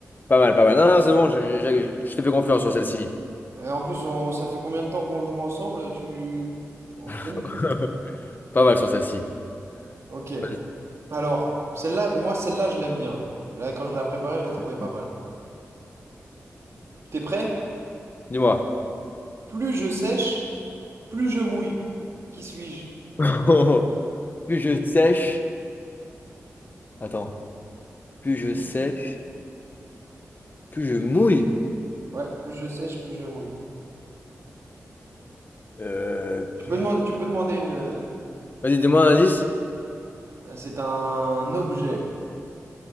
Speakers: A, on the left; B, on the right.
A: pas mal, pas mal. Non, non, c'est bon, je, je- je- je te fais confiance sur celle-ci.
B: Et En plus, on- ça fait combien de temps qu'on joue ensemble? Tu... On se connaît,
A: <laughs>
B: quoi.
A: Pas mal sur celle-ci.
B: Ok.
A: Vas-y.
B: Alors, celle-là, moi, celle-là, je l'aime bien. Là, quand je l'ai préparée, je la trouvais pas
A: Ouais.
B: mal. T'es prêt?
A: Dis-moi.
B: Plus je sèche, plus je mouille. Qui suis-je?
A: <laughs> Plus je sèche. Attends. Plus je sèche,
B: Ouais.
A: plus je mouille.
B: Ouais, plus je sèche, plus je mouille.
A: Euh,
B: Tu
A: plus
B: peux demander,
A: je-
B: tu peux demander une. euh,
A: Vas-y, dis-moi un indice.
B: C'est un objet.